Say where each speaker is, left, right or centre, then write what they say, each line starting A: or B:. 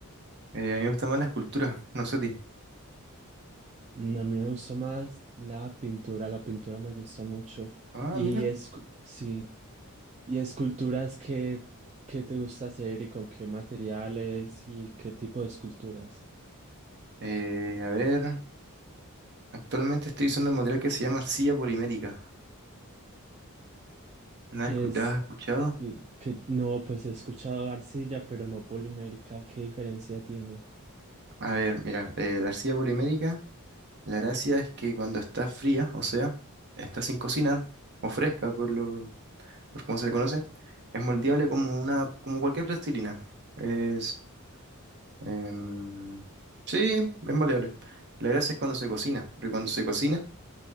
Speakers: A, on the right; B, on the right.
A: Eh, a mí me gusta más la escultura, no sé a ti.
B: Mm, A mí me gusta más la pintura, la pintura me gusta mucho.
A: Ah,
B: Y
A: mira,
B: es, sí, y esculturas, ¿qué, qué te gusta hacer y con qué materiales y qué tipo de esculturas?
A: eh, a ver, actualmente estoy usando un material que se llama arcilla polimérica. ¿La
B: Es
A: has escu- la has escuchado?
B: sí, que no, pues he escuchado arcilla, pero no polimérica, ¿qué diferencia tiene?
A: A ver, mira, eh, la arcilla polimérica, la gracia es que cuando está fría, o sea, está sin cocinar, o fresca por lo, por cómo se le conoce, es moldeable como una, como cualquier plastilina. Es, em, sí, es moldeable. La gracia es cuando se cocina, porque cuando se cocina,